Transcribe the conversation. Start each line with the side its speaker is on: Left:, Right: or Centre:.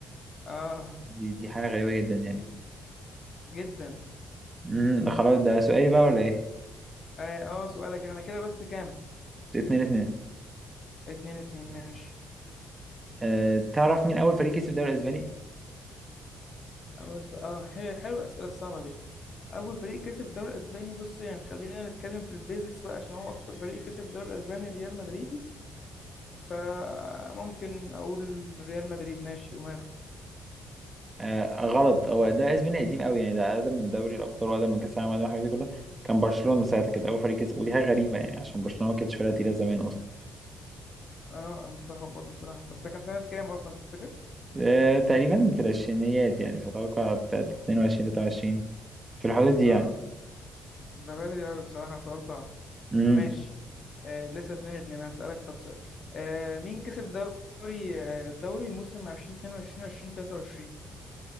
Left: اه
Right: دي دي حاجة غريبة جدا يعني
Left: جدا
Right: امم ده خلاص ده سؤالي بقى ولا إيه؟
Left: اه آه، سؤالك احنا كده بس كام؟
Right: 2-2
Left: اتنين اتنين ماشي
Right: آه تعرف مين أول فريق كسب الدوري الأسباني؟
Left: اول ف... اه حلو حلو الاسئله الصعبه دي اول فريق كسب الدوري الاسباني بص يعني خلينا نتكلم في البيزكس بقى عشان هو اكتر فريق كسب الدوري الاسباني ريال مدريد فممكن اقول ريال مدريد ماشي وماله
Right: آه غلط هو ده اسباني قديم قوي يعني ده اقدم من دوري الابطال واقدم من كاس العالم واقدم من الحاجات دي كلها كان برشلونه ساعتها كانت اول فريق كسب ودي حاجه غريبه يعني عشان برشلونه ما كانتش فرقه تقيله زمان اصلا.
Left: اه انا مستغرب برضو بصراحه طب ده كان سنه كام اصلا تفتكر
Right: آه، تقريبا في العشرينيات يعني فأتوقع بتاعت 22 23 في الحدود دي
Left: اه
Right: يعني
Left: ده بدري قوي بصراحه سؤال صعب
Right: امم
Left: ماشي آه لسه اتنين اتنين هسألك طب سؤال آه مين كسب الدوري آه الدوري موسم 2022 2023